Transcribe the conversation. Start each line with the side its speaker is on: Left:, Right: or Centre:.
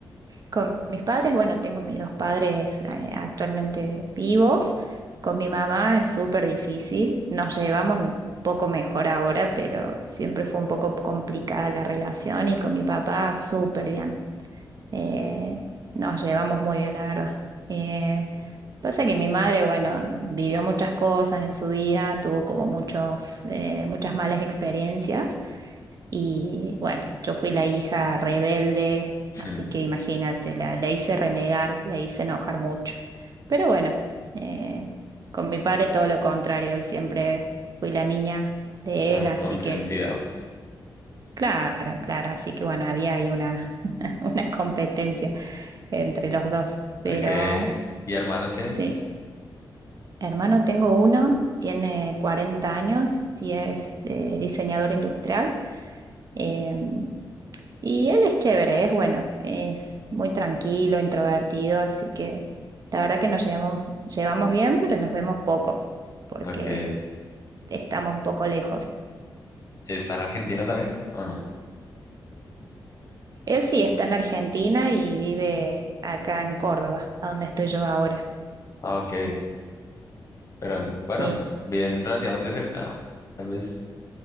Right: Con mis padres, bueno, tengo mis dos padres eh, actualmente vivos. Con mi mamá es súper difícil. Nos llevamos un poco mejor ahora, pero siempre fue un poco complicada la relación y con mi papá súper bien. Eh, nos llevamos muy bien, la verdad. Eh, pasa que mi madre, bueno, vivió muchas cosas en su vida, tuvo como muchos, eh, muchas malas experiencias y bueno, yo fui la hija rebelde,
Left: <laughs>
Right: así
Left: Mm,
Right: que imagínate, la, la hice renegar, la hice enojar mucho. Pero bueno, eh, con mi padre todo lo contrario, él siempre fui la niña de
Left: ah,
Right: él, así
Left: Consentida.
Right: que claro, claro, así que bueno, había ahí una, <laughs> una competencia entre los dos. Pero
Left: Okay. ¿Y hermanos tienes?
Right: sí, hermano, tengo uno, tiene 40 años y es eh, diseñador industrial. em, y él es chévere, es bueno, es muy tranquilo, introvertido, así que la verdad que nos llevamos, llevamos bien, pero nos vemos poco, porque
Left: Okay.
Right: estamos un poco lejos.
Left: ¿Está en Argentina también o no?
Right: Él sí está en Argentina y vive acá en Córdoba, a donde estoy yo ahora.
Left: Ah, ok. Pero bueno,
Right: Sí.
Left: viven relativamente cerca, ¿no? Tal vez.